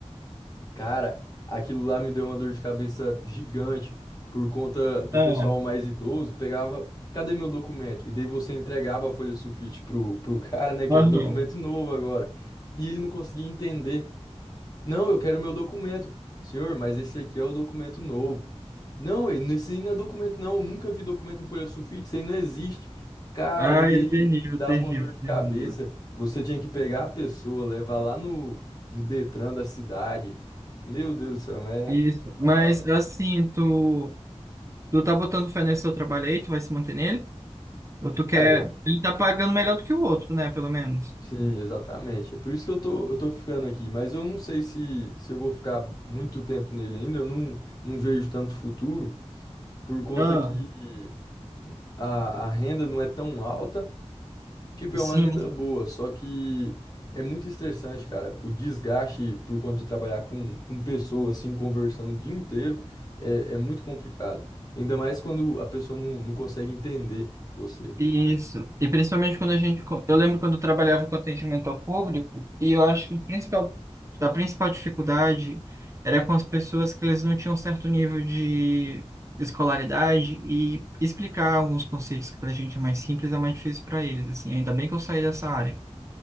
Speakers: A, on the left (about 35°); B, on the right (about 25°).
A: Cara, aquilo lá me deu uma dor de cabeça gigante por conta do
B: Ah,
A: pessoal mais idoso. Pegava, cadê meu documento? E daí você entregava a folha sulfite pro, pro <laughs> cara, né? Que
B: aham.
A: era o documento novo agora. E ele não conseguia entender. Não, eu quero meu documento. Senhor, mas esse aqui é o documento novo. Não, e- esse aí não é documento, não. Eu nunca vi documento em folha sulfite, isso aí não existe. Cara,
B: Ai,
A: e daí
B: é terrível,
A: dava
B: terrível,
A: uma dor de
B: terrível.
A: cabeça. Você tinha que pegar a pessoa, levar lá no, no Detran da cidade. Meu Deus do céu, é,
B: Isso.
A: é pra
B: Mas
A: acabar.
B: assim, tu, tu tá botando fé nesse seu trabalho aí, tu vai se manter nele? Ou tu quer.
A: Cara, eu-
B: Ele tá pagando melhor do que o outro, né? Pelo menos.
A: sim, exatamente. É por isso que eu tô, eu tô ficando aqui. Mas eu não sei se, se eu vou ficar muito tempo nele ainda. Eu não, não vejo tanto futuro. por conta
B: Ah,
A: que a, a renda não é tão alta. Tipo, é
B: sim.
A: uma renda boa, só que é muito estressante, cara. O desgaste por conta de trabalhar com, com pessoas, assim, conversando o dia inteiro, é, é muito complicado. Ainda mais quando a pessoa não, não consegue entender você.
B: Isso. E principalmente quando a gente. Eu lembro quando eu trabalhava com atendimento ao público, e eu acho que o principal, a principal dificuldade era com as pessoas que eles não tinham certo nível de escolaridade e explicar alguns conceitos que para a gente é mais simples é mais difícil para eles, assim. Ainda bem que eu saí dessa área.